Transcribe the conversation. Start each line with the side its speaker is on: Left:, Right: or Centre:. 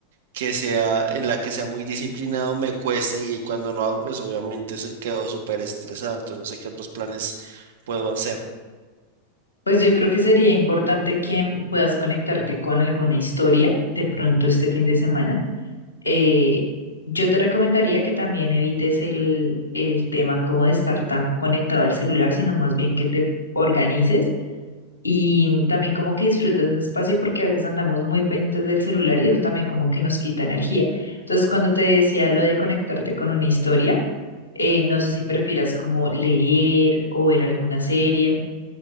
Right: que sea en la que sea muy disciplinado, me cuesta y cuando no hago pues obviamente se quedo súper estresado, entonces no sé qué otros planes puedo hacer.
Left: Pues yo creo que sería importante que puedas conectarte con alguna historia de pronto este fin de semana eh, yo te recomendaría que también evites el, el tema como de estar tan conectado al celular, sino más bien que te organices y también como que disfrutes ese espacio porque a veces andamos muy pendientes del celular y eso también como que nos quita energía. Entonces, cuando te decía lo de conectarte con una historia, eh, no sé si prefieras como leer o ver alguna serie